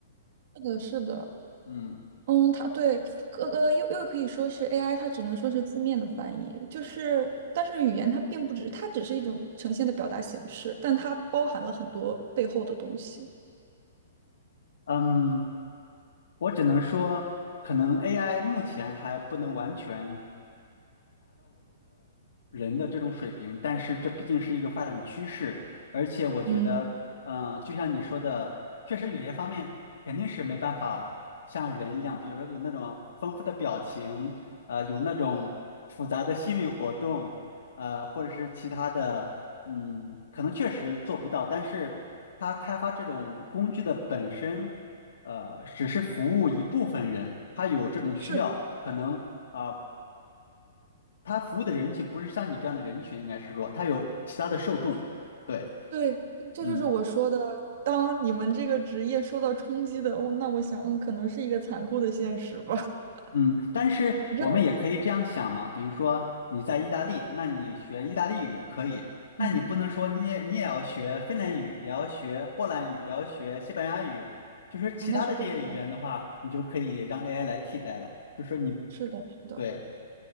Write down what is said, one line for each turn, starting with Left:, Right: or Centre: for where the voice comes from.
Right: 是的，是的，
Left: 嗯。
Right: 嗯，它对，呃呃，又又可以说是 AI，它只能说是字面的翻译，就是但是语言它并不只，它只是一种呈现的表达形式，但它包含了很多背后的东西，
Left: 嗯，我只能说，可能 AI 目前还不能完全，人的这种水平，但是这毕竟是一个发展趋势，而且我觉得，
Right: 嗯。
Left: 嗯、就像你说的，确实有些方面肯定是没办法像人一样，比如说有那种丰富的表情，呃，有那种复杂的心理活动，呃，或者是其他的，嗯，可能确实做不到，但是他开发这种工具的本身。呃，只是服务一部分人，他有这种需要，
Right: 是。
Left: 可能啊、他服务的人群不是像你这样的人群，应该是说他有其他的受众。对，
Right: 对，这就是我说的，
Left: 嗯
Right: 当你们这个职业受到冲击的，哦，那我想嗯可能是一个残酷的现实吧。<laughs>
Left: 嗯，但是我们也可以这样想嘛，
Right: 你知道，
Left: 比如说你在意大利，那你学意大利语可以，那你不能说你也你也要学芬兰语，
Right: 嗯，
Left: 也要学波兰语，也要学西班牙语，就是其他的这些语言的话，
Right: 啊那是不可能的。
Left: 你就可以让 AI 来替代了。就说你，
Right: 是的，是的，
Left: 对，